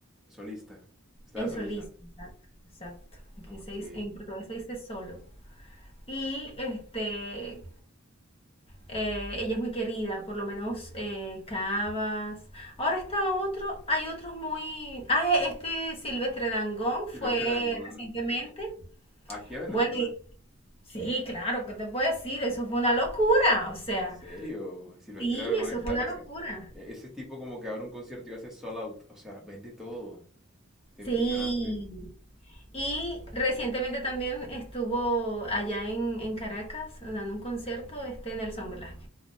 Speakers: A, in the centre; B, on the left (about 25°).
A: solista, estaba
B: En
A: de solista.
B: solista, exacto, exacto. Aquí
A: Ok,
B: se dice, en portugués se dice solo. Y este, eh, ella es muy querida, por lo menos eh, Cabas. Ahora está otro, hay otros muy... Ah, e- este Silvestre Dangond
A: Silvestre
B: fue
A: Dangond,
B: recientemente.
A: aquí a Venezuela.
B: Bueno, Sí, claro, ¿qué te puedo decir? Eso fue una locura, o sea,
A: ¿En serio? Silvestre
B: sí,
A: Dangond
B: eso
A: está,
B: fue una
A: está,
B: locura.
A: e- ese tipo como que abre un concierto y hace sold out, o sea, vende todo. Está impresionante.
B: Sí. Y recientemente también estuvo allá en, en Caracas dando un concierto este Nelson Velázquez.